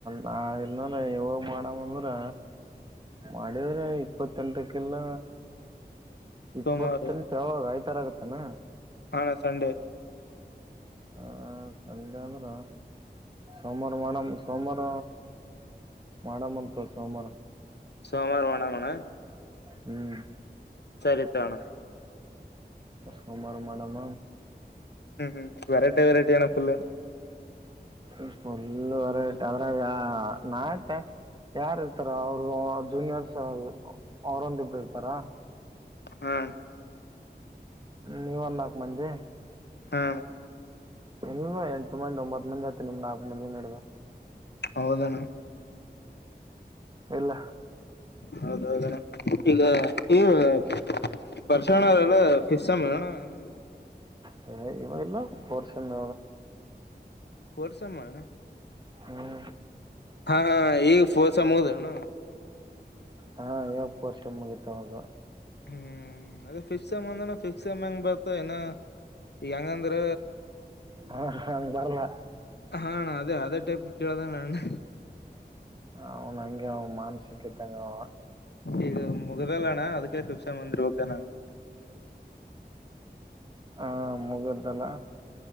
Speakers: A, on the right; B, on the left.
A: ನಾಳೆ ಇಲ್ಲಂದ ಇವಾಗ ಮಾಡವ ಅಂದ್ರ ಮಾಡಿದ್ರೆ ಇಪ್ಪತ್ತೆಂಟಕ್ಕೆಲ್ಲ ಇಪ್ಪತ್ತೆಂಟು
B: ಸೋಮವಾರ
A: ಆಯ್ತ್ವಾರ ಆಗತ್ತನಾ?
B: ಹ ಅಣ ಸಂಡೇ.
A: ಆ ಸಂಡೆ ಅಂದ್ರೆ ಸೋಮಾರ್ ಮಾಡುಮ ಸೋಮಾರ ಮಾಡಮಂತು ತಗ್ ಸೋಮಾರ.
B: ಸೋಮಾರ ಮಾಡಮಣ್ಣ.
A: ಹ್ಮ್
B: ಸರಿ ತೊಣ.
A: ಸೋಮಾರ ಮಾಡಮ.
B: ಹ್ಮ್ ಹ್ಮ್ ವೆರೈಟಿ ವೆರೈಟಿ ಅಣ್ಣ ಫುಲ್ಲು.
A: <unintelligible> ಯಾರ್ ಇರ್ತಾರ ಅವರು ಜೂನಿಯರ್ಸ್ ಅವ್ರೊಂದ್ರಿಬ್ರ್ ಇರ್ತಾರ.
B: ಹ್ಮ್
A: ನೀವ ಒಂದ್ ನಾಕ್ ಮಂದಿ.
B: ಹಾ ಅಣ.
A: ನೀವ ಎಂಟು ಮಂದಿ ಒಂಬತ್ ಮಂದಿ ಆತಿ ನಿಮ್ ನಾಕು ಮಂದಿ ನಡ್ದ.
B: ಹೌದಣ.
A: ಇಲ್ಲ
B: ಹೌದೌದಣ್ಣ ಈಗ ಈವ್ಗಾ. <unintelligible>
A: ಹ ಇವಾಗಲ್ಲ ಬೋರ್ಷನ
B: ಫೋರ್ತ್ ಸೆಮ್ ಅಣ.
A: ಹ್ಮ್
B: ಹಾ ಹಾ ಈಗ ಫೋರ್ತ್ ಸೆಮ್ ಮುಗದೇನು.
A: ಹಾ ಈವಾಗ್ ಫೋರ್ ಸೆಮ್ ಮುಗಿತು ಹೌದು.
B: ಹ್ಮ್ ಅದ ಫಿಫ್ತು ಸೆಮ್ ಅಂದ್ರ ಫಿಫ್ತು ಸೆಮ್ ಹೆಂಗ್ ಬರ್ತ ಏನ ಹೆಂಗಂದ್ರ.
A: ಹ ಹಂಗ ಬರಲ್ಲ.
B: ಹಾ ಅಣ್ಣ ಆದೇ ಅದೇ ಟೈಪ್ ಕೇಳ್ದೆ ನಾನು.
A: ಅವನಂಗೆ ಅವ ಮಾನ್ಸಿಕ್ಕಿದಂಗವ.
B: ಈಗ ಮುಗ್ದಲ್ಲ ಅಣ್ಣ ಅದಕ್ಕೆ ಟ್ಯೂಷನ್ ಬಂದಿರ್ಬಬೇಕಣ
A: ಅ ಮುಗ್ದಲ್ಲ